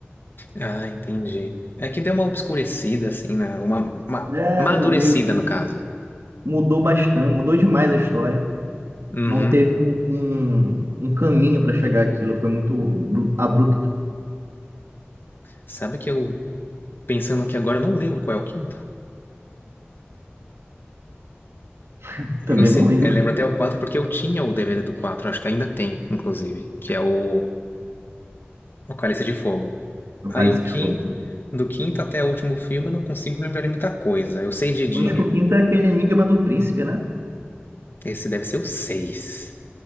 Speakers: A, on the left; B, on the right.
A: Ah, entendi. É que deu uma obscurecida, assim, na... uma, uma
B: É,
A: madurecida,
B: meio que
A: no caso.
B: mudou bastante, mudou demais a história.
A: Uhum.
B: Não teve um, um, um caminho para chegar àquilo, foi muito abru- abrupto.
A: Sabe que eu, pensando aqui agora, eu não lembro qual é o quinto?
B: <laughs>
A: Eu,
B: Também
A: sei,
B: não lembro
A: eu lembro até o 4 porque eu tinha o DVD do 4. acho que ainda tem, inclusive, que é o Apocalipse de Fogo.
B: do
A: Aí
B: Cálice
A: o quinto,
B: de Fogo.
A: do quinto até o último filme eu não consigo lembrar de muita coisa. Eu sei de, de...
B: Acho que o quinto é aquele enigma do príncipe, né?
A: Esse deve ser o seis.